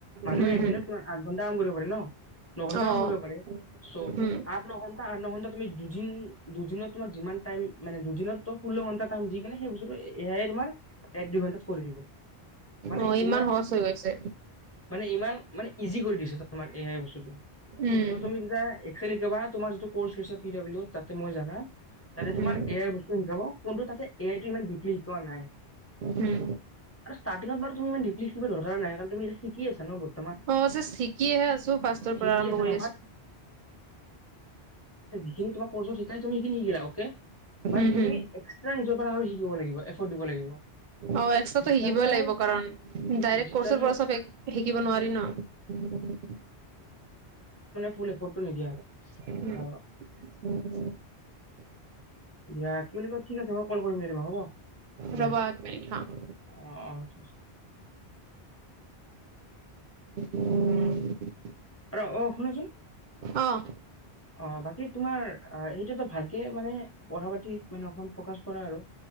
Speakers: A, on the left; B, on the right.
A: মানুহে
B: উম,
A: একদিননৰ
B: উম,
A: কিমান আঠ ঘণ্টা কাম কৰিব কৰে ন নঘন্টা
B: অ',
A: কাম পাৰে চৌ
B: উম,
A: আঠ ন ঘণ্টা আঠ ন ঘণ্টা তুমি দুদিন দুদিনত তোমাৰ যিমান টাইম মানে দুদিনত ত ষোল্ল ঘন্টা টাইম দি কিনে সেইস্তুটো এ আই তোমাৰ এক দুই ঘণ্টাত কৰি দিব মানে
B: অ',
A: ইমান
B: সহজ হৈ গৈছে।
A: মানে ইমান মানে ইজি কৰি পিছেতে তোমাৰ এ আই বস্তুটো
B: উম,
A: চ' তুমি যেতিয়া একচেলি কি বাত তোমাৰ যিটো ক্ৰচ লৈছা পি ডব্লিউৰ তাতে মই জানা তাতে
B: উম,
A: তোমাৰ এ আইৰ বস্তু শিকাব কোনটোত আছে এ আই টো সিমান ডি পি শিকোৱা নাই।
B: উম,
A: আৰু ষ্ট্ৰাটিঙত বাৰু তুমি ইমান ডিপলি শিকিব দৰকাৰ নাই কাৰণ তুমি এতিয়া শিকি আছা ন বত-
B: অ জাছ শিকিহে আছো ফাষ্টৰ
A: শিকি
B: পৰা আৰম্ভ
A: আছা
B: কৰি
A: ন
B: আছো।
A: বাট সিনি তোমাক ক্ৰচত শিকাই তুমি সেইখিনি শিকিলা অকে। বাত
B: উম,
A: তুমি
B: উম,
A: এক্সট্ৰা <unintelligible> আৰু শিকিব লাগিব এফৰ্ড দিব লাগিব।
B: অ এক্সট্ৰটো
A: যেতিয়ালৈ
B: শিকিবই লাগিব কাৰণ ডাইৰেক্ট
A: যেতিয়ালৈ
B: কৰ্চৰ পৰা চব শিকিব নোৱাৰি ন।
A: বোলে ৰিপৰ্ট টো নিদিয়া।
B: <unintelligible>
A: বাৰু দিয়া কি বুলি কয় ঠিক আছে মই কল কৰিম দে তমাক হ'ব দিয়া
B: ৰবা এক মিনিট হা। <inaudible>
A: অ অ ঠিক আছে।
B: অ <inaudible>
A: ৰ অ শুনাচোন।
B: অঁ
A: অ বাকী তোমাৰ এইটো টো ভালকে মানে পঢ়া পাতিত মানে অকমান ফকাচ কৰা আৰু।